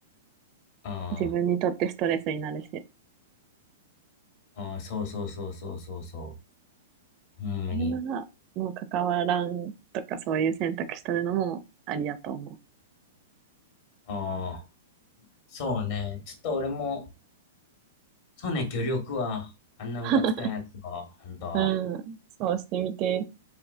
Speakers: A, on the left; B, on the right.
A: うん、
B: 自分にとってストレスになるし、
A: うん、そうそうそうそうそうそう、ほんまに。
B: それなら、もう関わらんとかそういう選択しとるのもありやと思う。
A: ああ、そうね、ちょっと俺も、そうね、協力は、あんなムカつくなやつは、
B: <laughs>
A: ほんと。
B: うん、そうしてみて。